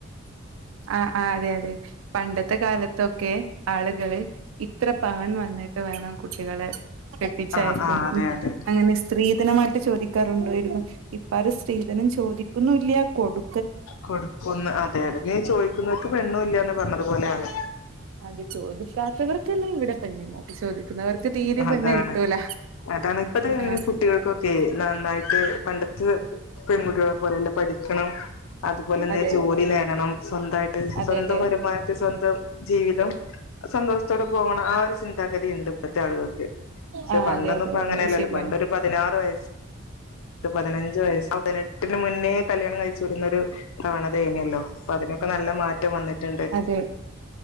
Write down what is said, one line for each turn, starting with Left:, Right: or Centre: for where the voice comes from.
Right: ആ ആ അതെ അതെ പണ്ടത്തെ കാലത്തൊക്കെ ആളുകള് ഇത്ര പവൻ വന്നി വേണം കുട്ടികളെ കെട്ടിച്ചയക്കുമ്പോ
Left: ആഹ് ആഹ് അതെ അതെ
Right: അങ്ങനെ സ്ത്രീധനമായിട്ട് ചോദി ക്ക റുണ്ടായിരുന്നു ഇപ്പ ആരും ശ്രീധനും ചോദിക്ക ഒന്നും ഇല്ല കൊടു
Left: കൊടുക്കും ന്ന് അതെ അതെ നീ ചോദിക്കുന്നവർക്ക് പെണ്ണുല്ലയന്ന് പറഞ്ഞത്പോലെയാണ്
Right: അത് ചോദിക്കാത്തവർക്കന്നെ ഇവിടെ പെണ്ണില്ല അപ്പൊ ചോദിക്കുന്നവർക്ക് തീരെയും പെണ്ണ്
Left: അതാണ്
Right: കിട്ടൂല
Left: അതാണ് ഇപ്പത്ത
Right: ആ
Left: കുട്ടികൾക്കൊക്കെ നന്നായിട്ട് പണ്ടത്തെ പെൺകുട്ടികളെ പോലെയല്ല പഠിക്കണം അതുപോലെ എന്തേം
Right: അതെ
Left: ജോലി നേടണം സ്
Right: അതെ
Left: സ്വന്തം
Right: അതെ
Left: വരുമാനത്തെ സ്വന്തം ജീവിതം സന്തോഷത്തോടെ പോവണം ആ ഒരു കതിണ്ട് ഇപ്പത്തെ ആളുകൾക്ക് പക്ഷെ
Right: ആ
Left: പണ്ടന്നും
Right: അതെ അതെ
Left: ഇപ്പ
Right: വളരെ
Left: അങ്ങനെയല്ലല്ലോ
Right: ശരിയാണ്
Left: പണ്ട ഒരു പതിനാറു വയസ് പതിനഞ്ച് വയസ് പതിനെട്ടിന് മുന്നേ കല്യാണം കഴിച്ചു വിടുന്നൊരു <unintelligible> നെല്ലോ അതിനൊക്കെ നല്ല മാറ്റം വന്നിട്ണ്ട്
Right: അതെ